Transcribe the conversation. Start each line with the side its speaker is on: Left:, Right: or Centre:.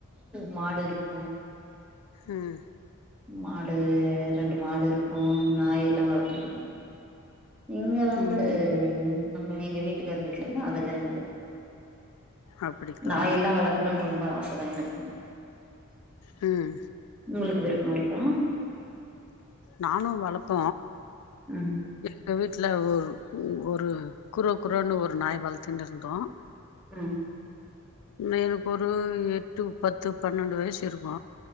Centre: மாடு இருக்கும்
Left: உம்
Centre: மாடு ரெண்டு மாடு இருக்கும் நாயெல்லா வளத்திருக்கோம் இங்க வந்து
Left: ம்
Centre: அவுங்க எங்க வீட்டுக்காரர் பெட்ல்லா அதெல்லா இல்ல
Left: அப்டிங்களா
Centre: நாயில்லா வளக்கணும்னு ரொம்ப ஆச தா எனக்கு
Left: ம்
Centre: உங்குளுக்கு விருப்பம் இருக்கா
Left: நானும் வளப்ப
Centre: அ
Left: எங்க வீட்ல ஒரு ஒரு க்கோரோ க்கோரோன்னு ஒரு நாய் வளத்ந்துருந்தோ
Centre: ஆ
Left: மேல்பொரு ஒரு எட்டு பத்து பன்னெண்டு வயசு இருக்கு